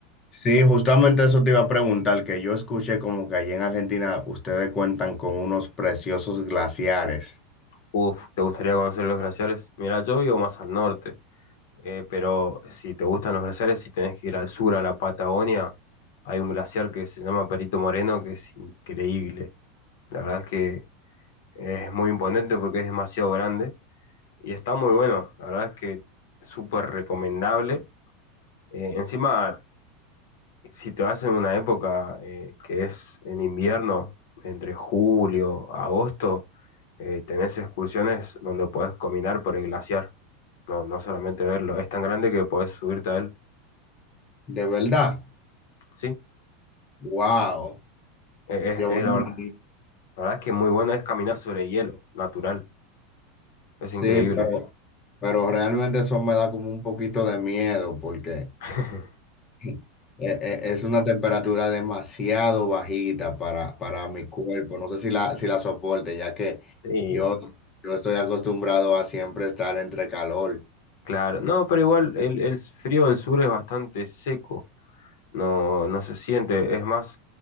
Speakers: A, on the left; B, on the left.
A: Sí, justamente eso te iba a preguntar, que yo escuché como que allí en Argentina ustedes cuentan con unos preciosos glaciares.
B: Uf, ¿te gustaría conocer los glaciares? Mirá, yo vivo más al norte, eh, pero si te gustan los glaciares, si tenés que ir al sur, a la Patagonia, hay un glaciar que se llama Perito Moreno, que es increíble. La verdad es que es muy imponente porque es demasiado grande y está muy bueno. La verdad es que es súper recomendable. Eh, encima, si te vas en una época eh, que es en invierno, entre julio, agosto, eh, tenés excursiones donde podés caminar por el glaciar. No, no solamente verlo. Es tan grande que podés subirte a él.
A: De verdad.
B: Sí,
A: Wow.
B: eh,
A: Yo
B: es,
A: me
B: es
A: imagino.
B: la verdad. La verdad es que muy bueno es caminar sobre hielo, natural.
A: Sí,
B: Es increíble.
A: pero, pero realmente eso me da como un poquito de miedo porque
B: <laughs>
A: <laughs> e- e- es una temperatura demasiado bajita para, para mi cuerpo. No sé si la, si la soporte, ya que
B: Sí,
A: yo, yo estoy acostumbrado a siempre estar entre calor.
B: Claro, no, pero igual el, el frío del sur es bastante seco, no, no se siente. Es más,